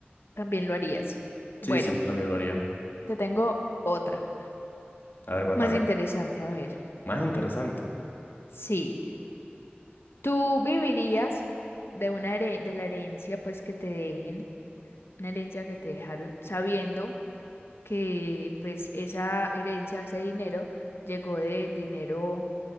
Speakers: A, on the left (about 80°); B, on the left (about 55°).
A: También lo harías.
B: Sí,
A: Bueno,
B: sí, yo también lo haría.
A: te tengo otra,
B: A ver, cuéntame.
A: más interesante, a ver.
B: Más interesante.
A: Sí, tú vivirías de una here- de la herencia, pues que te dejen, una herencia que te dejaron sabiendo. que pues esa herencia, ese dinero, llegó de dinero